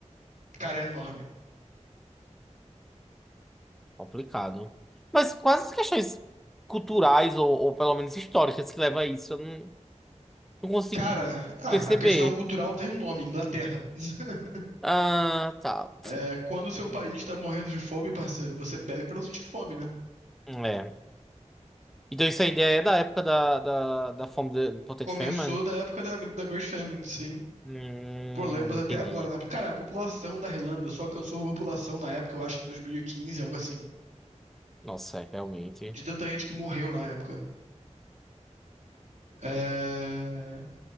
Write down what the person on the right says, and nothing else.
Cara, é enorme.
Cara, ah,
a questão cultural tem um nome, Inglaterra. <laughs>
É, quando o seu país tá morrendo de fome, parceiro, você bebe pra não sentir fome, né?
Começou
da época da, da Great Famine, sim.
problemas
até agora, né? Cara, a população da Irlanda só alcançou a população na época, eu acho que em 2015, algo assim.
De tanta gente que morreu na época. É,